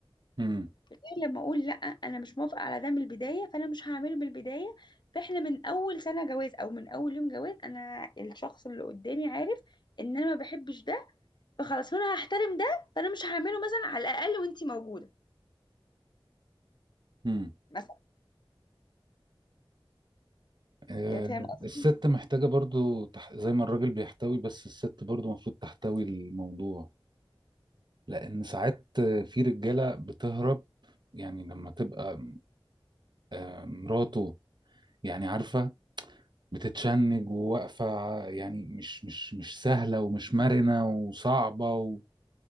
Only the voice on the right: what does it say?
امم
امم
آه
الست محتاجة برضو تح... زي ما الراجل بيحتوي بس الست برضو المفروض تحتوي الموضوع لان ساعات في رجالة بتهرب يعني لما تبقى آه مراته يعني عارفة بتتشنج وواقفة يعني مش مش مش سهلة ومش مرنة وصعبة و...